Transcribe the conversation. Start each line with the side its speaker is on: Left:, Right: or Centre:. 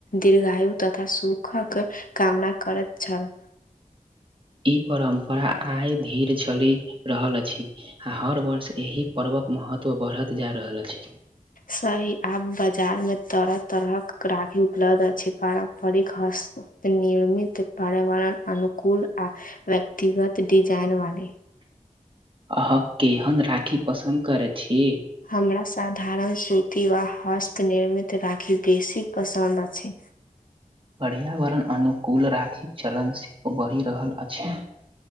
Left: दीर्घायु तथा सुखक कामना करैत छल।
Right: इ परम्परा आई धीर छ लि रहल अछि आओ हर वर्ष एहि पर्वक महत्व बढ़त जा रहल अछि।
Left: सही आब बाजार मे तरह तरहक राखी उपलब्ध अछि पारम्परिक हस्त नियमित पार्यावरण अनुकूल आ व्यक्तिगत डिजाइन वाले।
Right: अहाँ केहन राखी पसन्द करै छी?
Left: हमरा साधारण सूती वा हस्त निर्मित राखी बेसी पसन्द अछि।
Right: पर्यावरण अनुकूल राखिक चलन सेहो बढ़ि रहल अछि।